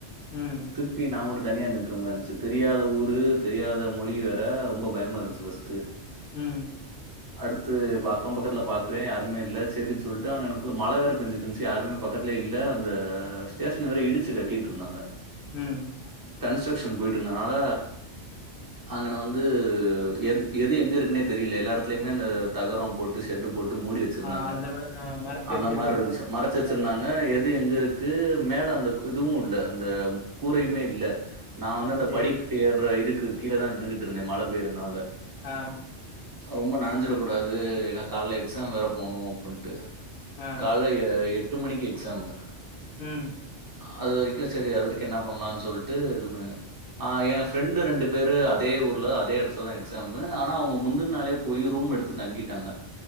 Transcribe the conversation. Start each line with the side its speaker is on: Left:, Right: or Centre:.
Left: ம்
Right: திருப்பி நா மட்டு தனியா நிட்று இருந்த மாரின்ச்சு தெரியாத ஊரு தெரியாத மொழி வேற ரொம்ப பயமா இருந்துச்சு ஃபஸ்ட்டு
Left: ம்
Right: அடுத்து அக்கோ பக்கத்துல பாக்றே யாருமே இல்ல சேரினு சொல்ட்டு அங்கனக்குள்ள மழ வேற பெஞ்சுட்டு இருச்சு யாருமே பக்கத்துல இல் ல அந்த ஸ்டேஷன வேற இடிச்சி கட்டிட்ருந்தாங்க
Left: ம்
Right: கன்ஸ்ட்ரக்ஷன் போயிட் இருந்தனால அங்கன வந்து எது எது எங்க இருக்குனே தெரியல எல்லா எடத்துலயுமே அந்த தகரோ போட்டு செட்டு போட்டு மூடி வச்சிருந்தாங்க
Left: ஆ அந்த மாரி ஆ மறைச்சு
Right: அந்த
Left: வச்சிருப்பாங்க.
Right: மார் இருந்ச்சு
Left: நமக்கு
Right: மறச்
Left: தெரியாது.
Right: வச்சிருந்தாங்க எது எது எங்க இருக்கு மேல அந்த இதுவு இல்ல அந்த கூரையுமே இல்ல நா வந்து
Left: ஆ
Right: அந்த
Left: சரி.
Right: படிக்கட்டு ஏற இதுக்கு கீழ தா நின்னுகிட் இருந்தே மழ பெய்றனால
Left: ஆ
Right: ரொம்ப நனஞ்சிற கூடாது ஏன்னா காலேல எக்ஸாம் வேற போணு அப்டின்ட்டு
Left: ஆ.
Right: காலைல எ எட்டு மணிக்கு எக்ஸாமு
Left: ம்
Right: அது வரைக்கு செரி அது வரைக்கு என்ன பண்ணலானு சொல்ட்டு இது பண்ண ஆ ஏ ஃப்ரெண்டு ரெண்டு பேரு அதே ஊர்ல அதே எடத்துலதா எக்ஸாமு ஆனா அவுங்க முந்துன்னாலே போய் ரூம் எடுத்து தங்கிட்டாங்க